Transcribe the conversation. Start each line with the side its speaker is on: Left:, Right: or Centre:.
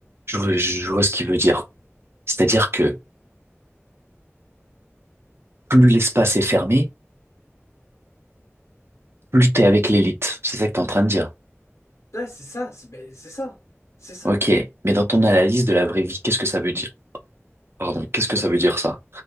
Right: Je, vois- je vois ce qu'il veut dire. C'est-à-dire que plus l'espace est fermé, plus t'es avec l'élite. C'est ça que t'es en train de dire.
Left: Ouais, c'est ça. C'est ben, c'est ça. C'est ça.
Right: Ok, mais dans ton analyse de la vraie vie, qu'est-ce que ça veut dire? Pardon, qu'est-ce que
Left: Euh,
Right: ça veut dire ça?